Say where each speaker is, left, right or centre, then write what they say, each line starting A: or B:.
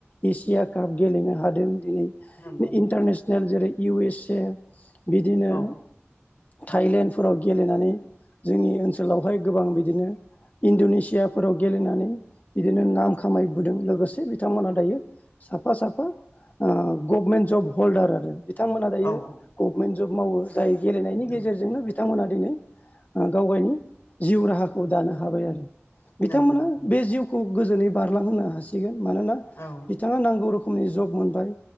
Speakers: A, on the left; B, on the left.
A: एसिया काप गेलेनो हादों दिनै।
B: नंगौ
A: इन्टारनेसनेल जेरै इउ एस ए बिदिनो
B: औ
A: थाइलेण्डफोराव गेलेनानै जोंनि ओनसोलावहाय गोबां बिदिनो इण्ड'नेसियाफोराव गेलेनानै बिदिनो नाम खामायबोदों लोगोसे बिथांमोनहा दायो साफा साफा ओ गभमेन्ट जब हल्दार आरो। थांमोनहा दायो
B: औ
A: गभमेन्ट जब मावो जाय गेलेनायनि
B: नंगौ
A: गेजेरजोंनो बिथ थांमोना दिनै ओ गावगायनि जिउ राहा खौ दानो हाबाय आरो। बिथांमोना
B: नंगौ नंगौ
A: बे जिउखौ गोजोनै बारलांहोनो हासिगोन मानोना
B: औ
A: बिथाङा नांगौ रोखोमनि जब मोनबाय।